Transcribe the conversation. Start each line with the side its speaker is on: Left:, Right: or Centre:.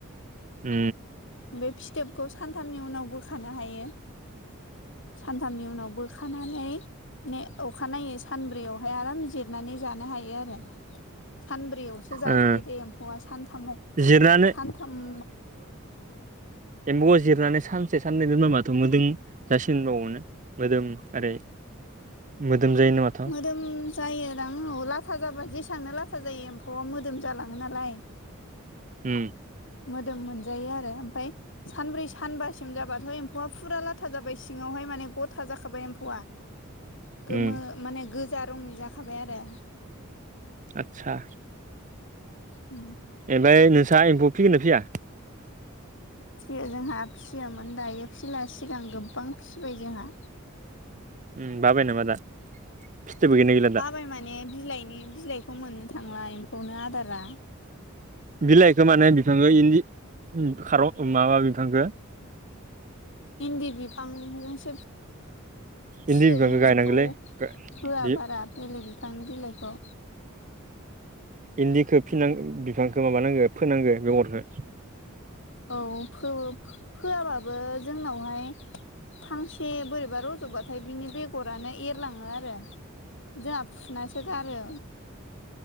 Right: उ
Left: बे फिथोबखौ सानथामनि उनाव बोखानो हायो सानथामनि उनाव बोखानानै ने अखानायै सानब्रैयावहाय आराम जिरनानै जानो हायो आरो सानब्रैयावसो जाजायो
Right: ओ
Left: दे एम्फौआ सानथामाव
Right: जिरनानै
Left: सानथाम
Right: एम्फौआ जिरनानै सानसे साननै दोनबा माथो मोदोम जासिनबावोनो मोदोम ओरै मोदोम जायो नो माथो
Left: मोदोम जायोदां औ लाथा जाबा जेसांनो लाथा जायो एम्फौआ मोदोम जालाङो नालाय
Right: उ
Left: मोदोम मोनजायो आरो ओमफाय सानब्रै सानबासिम जाबाथ' एम्फौआ फुरा लाथा जाबाय सिङावहाय माने गथा जाखाबाय एम्फौआ गोमो
Right: उम
Left: माने गोजा रंनि जाखाबाय आरो
Right: आतसा
Left: उ
Right: इमफाय नोंसा एम्फौ फिगोना फिया
Left: फियो जोंहा फिसियोमोन दायो फिसिला सिगां गोबां फिबाय जोंहा
Right: उ बाबाय नामा दा फिथबो गैना
Left: बाबाय माने बिलाइनि बिलाइखौ मोननो थांला एम्फौनो आदारा
Right: बिलाइखौ माने बिफां इन्दि खार ओ माबा बिफांखो
Left: इन्दि बिफांजोंसो फियो
Right: इन्दि बिफांखौ
Left: जोंनिखौ
Right: गायनांगौलै
Left: होआ
Right: बे
Left: बारा बेलेग बिफांनि बिलाइखौ
Right: इन्दिखौ फिनां बिफांखौ माबानांगो फोनांगो बेगरखौ
Left: औ फो फोआबाबो जोंनावहाय फांसे बोरैबा रज'बाथाय बिनि बेगरानो एरलाङो आरो जोंहा फुनासो गारो